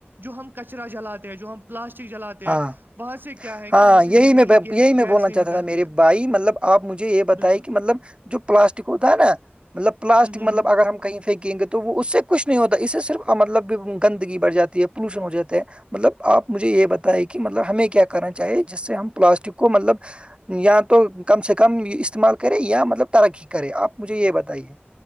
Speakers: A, on the right (about 55°); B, on the right (about 25°).
A: جو ہم کچرا جلاتے ہیں جو ہم پلاسٹک جلاتے ہیں
B: ہاں
A: وہاں سے کیا ہے
B: ہاں
A: کہ وہاں
B: یہی
A: سے زہریلی
B: میں ب-
A: گی
B: یہی میں
A: گیس
B: بولنا
A: نہیں
B: چاہتا
A: نکلتی
B: تھا میرے
A: ہے
B: بھائی مطلب آپ مجھے یہ بتائی
A: بالکل
B: کہ مطلب جو پلاسٹک ہوتا ہے نا مطلب پلاسٹک
A: ہوں ہوں
B: مطلب
A: ہوں
B: اگر ہم کہیں پھینکیں گے تو وہ اس سے کچھ نہیں ہوتا اس سے صرف مطلب گندگی بھ جاتی ہے پولوشن ہو جاتا ہے مطلب آپ مجھے یہ بتائیں کہ مطلب ہمیں کیا کرنا چاہیے جس سے ہم پلاسٹک کو مطلب یا تو کم سے کم استعمال کرے یا مطلب ترقی کرے آپ مجھے یہ بتائیے